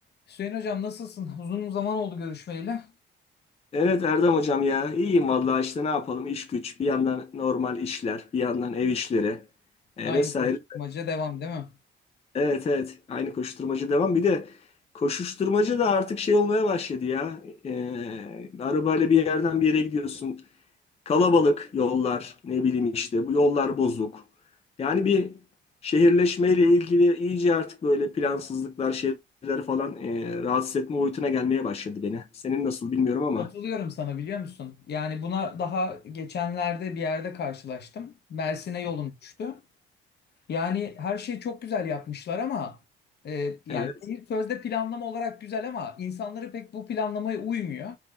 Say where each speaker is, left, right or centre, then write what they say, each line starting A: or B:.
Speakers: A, on the left; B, on the left.
A: Hüseyin hocam nasılsın? Uzun zaman oldu görüşmeyeli.
B: Evet Erdem hocam ya iyiyim vallahi işte ne yapalım iş güç bir yandan normal işler bir yandan ev işleri e,
A: Aynı
B: vesaire.
A: koşturmaca devam değil mi?
B: Evet evet aynı koşuşturmacı devam bir de koşuşturmacı da artık şey olmaya başladı ya E, arabayla bir yerden bir yere gidiyorsun kalabalık yollar ne bileyim işte bu yollar bozuk. Yani bir şehirleşmeyle ilgili iyice artık böyle plansızlıklar şeyler falan e, rahatsız etme boyutuna gelmeye başladı beni. Senin nasıl bilmiyorum ama.
A: Katılıyorum sana biliyor musun? Yani buna daha geçenlerde bir yerde karşılaştım. Mersin'e yolum düştü. Yani her şeyi çok güzel yapmışlar ama e, yani
B: Evet.
A: şehir sözde planlama olarak güzel ama insanları pek bu planlamaya uymuyor.